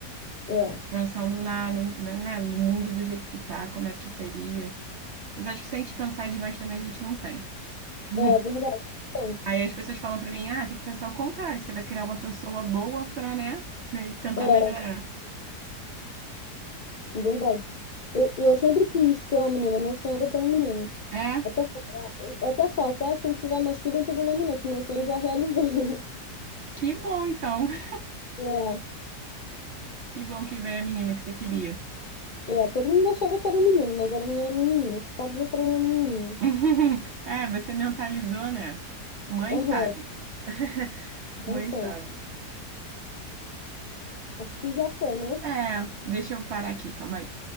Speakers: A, on the left (about 55°); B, on the right (about 80°).
A: É,
B: Eu fico pensando na, no, na, né, no mundo do jeito que tá, como é que seria. Mas acho que se a gente pensar demais também, a gente não tem. <laughs>
A: é verdade, tem.
B: Aí as pessoas falam pra mim, ah, tem que pensar o contrário, que você vai criar uma pessoa boa pra, né, me- tentar
A: Eu,
B: melhorar.
A: é, verdade. Eu, eu sempre quis ter uma menina, meu sonho era ter uma menina.
B: É,
A: Até, fa- até faltar, se não tiver mais filho, não tem problema não, que meu sonho eu já realizei. <laughs>
B: que bom então. <laughs>
A: É,
B: Que bom que veio a menina que você queria.
A: é, todo mundo achava que era um menino, mas era minha menininha, tu sabia que era minha menininha.
B: <laughs> É, você mentalizou, né? Mãe
A: Aham,
B: sabe. <laughs>
A: não
B: Mãe
A: sei.
B: sabe.
A: Acho que já foi, né?
B: É, deixa eu parar aqui, calma aí.